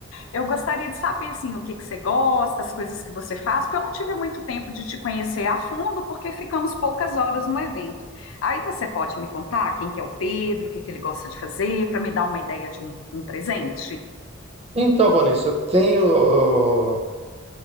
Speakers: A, on the left; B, on the right.
A: eu gostaria de saber, assim, o que que você gosta, as coisas que você faz, porque eu não tive muito tempo de te conhecer a fundo, porque ficamos poucas horas no evento. Aí você pode me contar quem que é o Pedro, o que que ele gosta de fazer, para me dar uma ideia de um, um presente?
B: Então, Vanessa, eu tenho. ó,